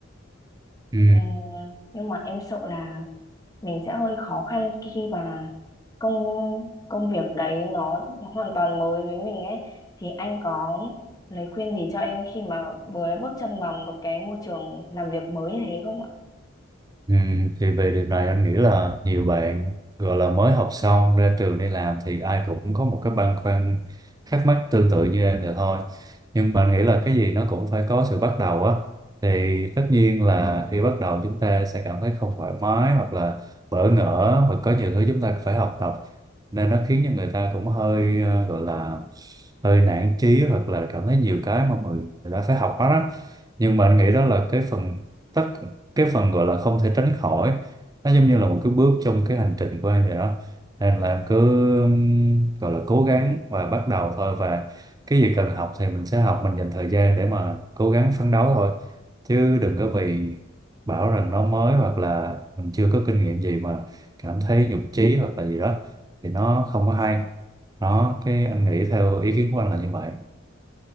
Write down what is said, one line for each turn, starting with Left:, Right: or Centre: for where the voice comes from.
Right: ừ
Left: Ừ, nhưng mà em sợ là mình sẽ hơi khó khăn khi khi mà công công việc đấy nó nó hoàn toàn mới với mình ấy thì anh có lời khuyên gì cho em khi mà vừa bước chân vào một cái môi trường làm việc mới như thế không ạ?
Right: Ừ, thì về điều này anh nghĩ là nhiều bạn gọi là mới học xong ra trường đi làm thì ai cũng có một cái băn khoăn thắc mắc tương tự như em vậy thôi nhưng mà anh nghĩ là cái gì nó cũng phải có sự bắt đầu á thì tất nhiên là khi bắt đầu chúng ta sẽ cảm thấy không thoải mái hoặc là bỡ ngỡ và có nhiều thứ chúng ta phải học tập nên nó khiến cho người ta cũng hơi ờ, gọi là hơi nản chí hoặc là cảm thấy nhiều cái mà mình người ta phải học hết á nhưng mà anh nghĩ đó là cái phần tất cái phần gọi là không thể tránh khỏi nó giống như là một cái bước trong cái hành trình của em vậy đó nên là em cứ um, gọi là cố gắng và bắt đầu thôi và cái gì cần học thì mình sẽ học mình dành thời gian để mà cố gắng phấn đấu thôi chứ đừng có vì bảo rằng nó mới hoặc là mình chưa có kinh nghiệm gì mà cảm thấy nhụt chí hoặc là gì đó thì nó không có hay đó cái anh nghĩ theo ý kiến của anh là như vậy